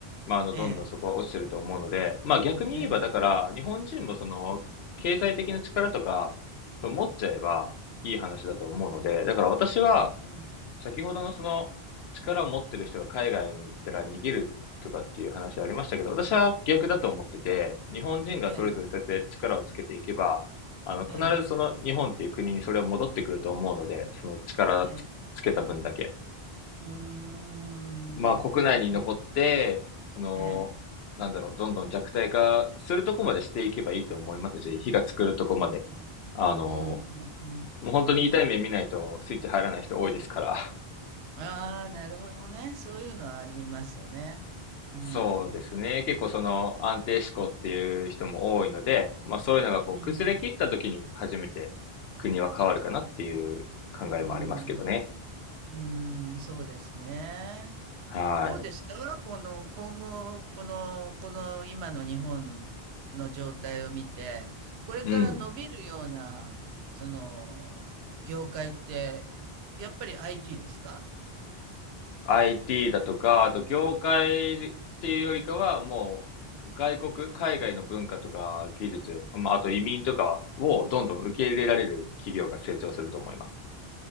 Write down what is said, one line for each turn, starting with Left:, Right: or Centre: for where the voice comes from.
Left: まあ、あの、
Right: ええ、
Left: どんどんそこは落ちてると思うので、まあ、逆に言えば、
Right: ええ。
Left: だから、日本人もその、経済的な力とか、その持っちゃえばいい話だと思うので、だから私は、
Right: うんうん。
Left: 先ほどのその力を持ってる人が海外に行ったら逃げるとかっていう話ありましたけど、私は逆だと思ってて、日本人がそれぞれそうやって力をつけていけば、
Right: ええ、
Left: あの、必ずその日本っていう国にそれは戻ってくると思うので、
Right: ええ、
Left: その力つ、
Right: ええ。
Left: つけた分だけ。
Right: うーん。
Left: まあ国内に残って、
Right: そうかそうか。
Left: その、
Right: ええ。
Left: なんだろう、どんどん弱体化するとこまでしていけばいいと思いますし、火が作るとこまで。
Right: うん
Left: あの、も
Right: うん。うんうんうんうん
Left: う本当に痛い目見ないとスイッチ入らない人多いですから。
Right: ああ、なるほどね。そういうのはありますよね。うん。
Left: そうですね。
Right: う
Left: 結構その安定志向っていう人も多いので、まあそういうのがこう崩れ切った時に初めて国は変わるかなっていう考えもありますけどね。
Right: ん。うん。うん、そうですね。
Left: はい。
Right: どうですかこの、今後、この、この今の日本の状態を見て、これから伸びるような、
Left: うん。
Right: その、業界って、やっぱり IT ですか
Left: IT だとか、あと業界っていうよりかはもう外国、海外の文化とか技術、まああと移民とかをどんどん受け入れられる企業が成長すると思います。